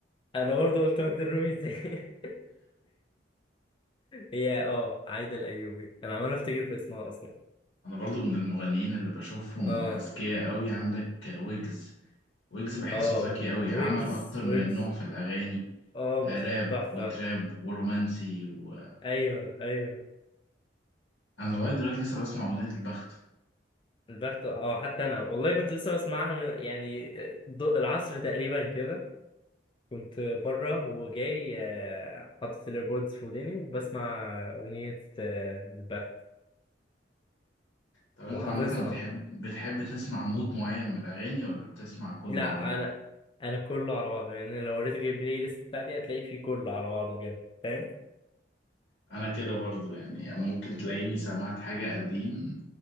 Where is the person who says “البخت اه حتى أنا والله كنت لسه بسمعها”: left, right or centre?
Left